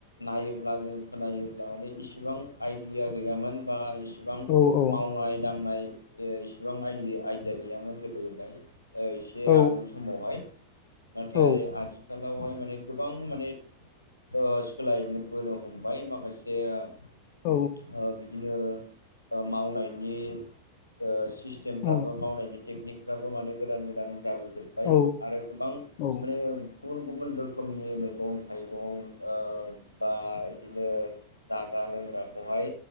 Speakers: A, on the left; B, on the left.
A: नायोब्ला जोङो खोनायोब्ला माने इसिबां आइडिया गैयामोन बा इसेबां
B: औ औ
A: मावनाय दांनाय ओ इसिबां आइ-आइदिया गैयामोन गोदो गोदाय। ओ एसे
B: औ
A: आगोल समावहाय। नाथाय
B: औ
A: आथिखालावहाय माने गोबां माने ओ सोलायनोबोनो हमबाय माखासे ओ
B: औ
A: बिदिनो ओ मावनायनि ओ सिस्टेमफ्राबो
B: औ
A: मावनायनि टेकनिक फ्राबो माने गोदान गोदान जाबोजोबबाय
B: औ
A: आरो गोबां
B: औ
A: माने गुबुन गुबुन रोखोमनि मैगं-थाइगं ओ बा बिदिनो जाग्रा लोंग्राखौहाय